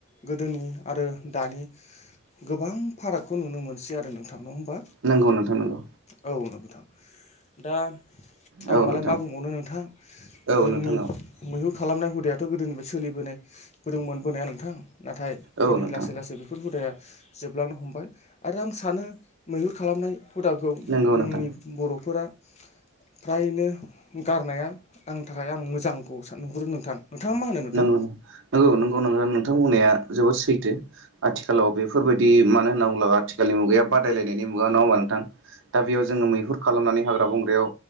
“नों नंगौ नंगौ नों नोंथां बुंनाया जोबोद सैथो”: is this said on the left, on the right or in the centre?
Right